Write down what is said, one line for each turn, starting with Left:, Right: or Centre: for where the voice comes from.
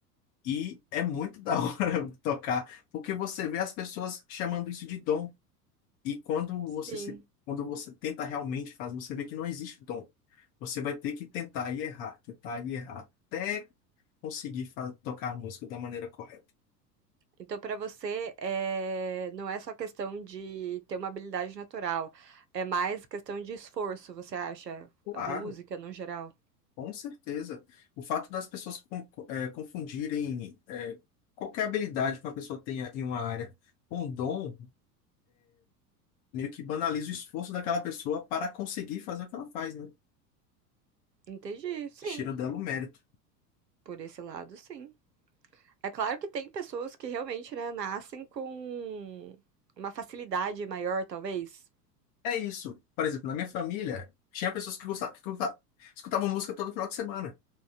Left: E é muito da <laughs> hora tocar, porque você vê as pessoas chamando isso de dom. E quando
Right: Sim.
Left: você se, quando você tenta realmente fazer, você vê que não existe dom. Você vai ter que tentar e errar, tentar e errar, até conseguir fa- tocar a música da maneira correta.
Right: Então, pra você, é, não é só questão de ter uma habilidade natural, é mais questão de esforço, você acha?
Left: Claro.
Right: A música no geral.
Left: Com certeza. O fato das pessoas con- eh, confundirem eh, qualquer habilidade que uma pessoa tenha em uma área com um dom, meio que banaliza o esforço daquela pessoa para conseguir fazer o que ela faz, né?
Right: Entendi, sim.
Left: Tira dela o mérito.
Right: Por esse lado, sim. É claro que tem pessoas que realmente, né, nascem com uma facilidade maior, talvez.
Left: É isso. Por exemplo, na minha família, tinha pessoas que gostavam, que gosta- escutavam música todo final de semana.